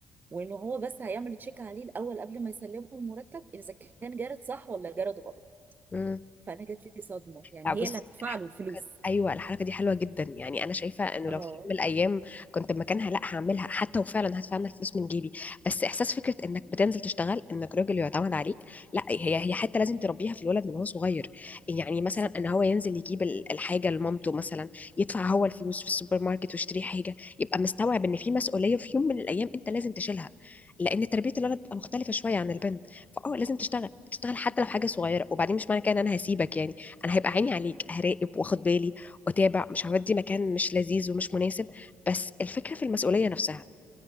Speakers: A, on the right; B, on the left.
A: وان هو بس هيعمل تشيك عليه الاول قبل ما يسلمه المرتب اذا كان جرد صح ولا جرد غلط
B: مم.
A: فانا جات لي صدمه يعني
B: لا بص
A: هي اللي هتدفع
B: الحركة-
A: له الفلوس
B: ايوه الحركه دي حلوه جدا يعني انا شايفه انه
A: اه
B: لو في يوم من الايام كنت مكانها لا هعملها حتى وفعلا هدفع انا الفلوس من جيبي بس احساس فكره انك بتنزل تشتغل انك راجل يعتمد عليك لا هي هي حتى لازم تربيها في الولد من هو صغير يعني مثلا
A: صح
B: ان هو ينزل يجيب ال- الحاجه لمامته مثلا يدفع هو الفلوس في السوبر ماركت ويشتري حاجه يبقى مستوعب ان في مسؤوليه في يوم من الايام انت لازم تشيلها لان تربيه الولد بتبقى مختلفه شويه عن البنت فاه لازم تشتغل تشتغل حتى لو حاجه صغيره وبعدين مش معنى كده ان انا هسيبك يعني انا هيبقى عيني عليك هراقب واخد بالي واتابع مش هودي مكان مش لذيذ ومش مناسب بس الفكره في المسؤوليه نفسها